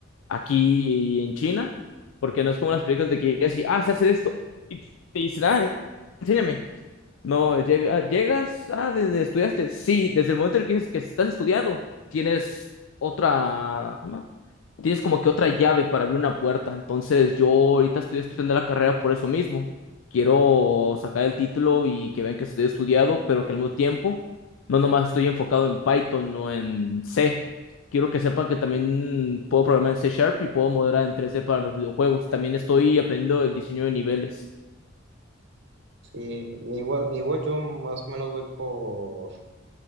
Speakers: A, on the left (about 85°); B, on the right (about 60°).
A: aquí en China, porque no es como las películas de que llegas y, ah, sé hacer esto, y te dicen, ah, enséñame. No, llega, llegas, ah, desde estudiaste. Sí, desde el momento en el que dices que estás estudiado, tienes otra, tienes como que otra llave para abrir una puerta. Entonces, yo ahorita estoy estudiando la carrera por eso mismo. Quiero sacar el título y que vean que estoy estudiado, pero que al mismo tiempo no nomás estoy enfocado en Python o en C. Quiero que sepan que también puedo programar en C Sharp y puedo modelar en tres d para los videojuegos. También estoy aprendiendo el diseño de niveles.
B: Sí, igual, igual yo más o menos voy por